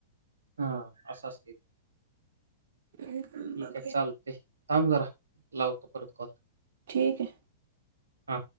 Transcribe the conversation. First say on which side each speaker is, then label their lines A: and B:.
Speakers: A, on the right (about 85°); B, on the right (about 65°).
A: हा असं असतय ते
B: बघूया.
A: ठीक आहे चालतय. थांब जरा लावतो परत कॉल
B: ठीक आहे
A: हा